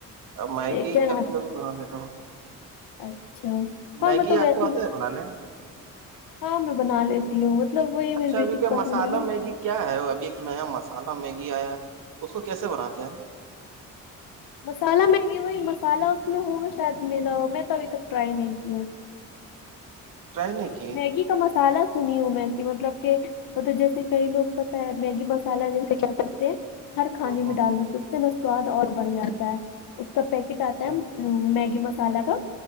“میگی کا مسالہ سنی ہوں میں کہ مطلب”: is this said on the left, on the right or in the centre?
Left